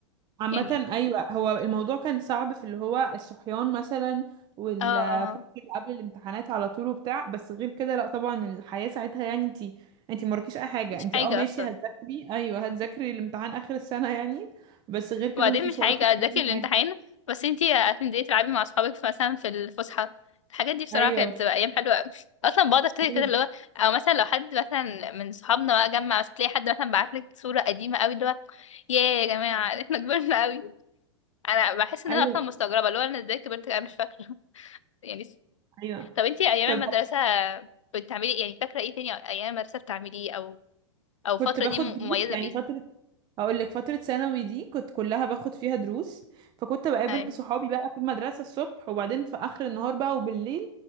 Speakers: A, on the right (about 30°); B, on the left (about 80°).
A: عامة
B: يعني
A: أيوة هو الموضوع كان صعب في اللي هو الصحيان مثلا والفترة
B: اه اه
A: اللي قبل الامتحانات على طول وبتاع بس غير كده لا طبعا الحياة ساعتها يعني انتي انتي مراكيش أي حاجة
B: مش
A: انتي
B: حاجة
A: اه ماشي
B: أصلا
A: هتذاكري أيوة هتذاكري الامتحان آخر السنة يعني بس غير كده
B: وبعدين
A: مفيش
B: مش
A: وراكي
B: حاجة أذاكر
A: أي
B: الامتحان
A: حاجة
B: بس انتي هتنزلي تلعبي مع صحابك في- مثلا في الفسحة الحاجات دي بصراحة
A: أيوة
B: كانت بتبقى أيام حلوة أوي أصلا بقعد أفتكر كده
A: أيوة
B: اللي هو أو مثلا لو حد مثلا من صحابنا بقى جمع مثلا تلاقي حد مثلا بعتلك صورة قديمة أوي اللي هو ياه يا جماعة <laughs> احنا كبرنا أوي أنا بحس إن
A: أيوة
B: أنا أصلا مستغربة اللي هو أنا ازاي كبرت أنا مش فاكرة <laughs> يعني
A: أيوة
B: طب انتي أيام
A: طب
B: المدرسة بتعملي يعني فاكرة ايه تاني أيام المدرسة بتعمليه أو او الفتره
A: كنت باخد
B: دي م-
A: دروس
B: مميزه
A: يعني
B: بايه
A: فترة هقول لك فترة ثانوي دي كنت كلها باخد فيها دروس فكنت بقابل
B: اي
A: صحابي بقى في المدرسة الصبح وبعدين في آخر النهار بقى وبالليل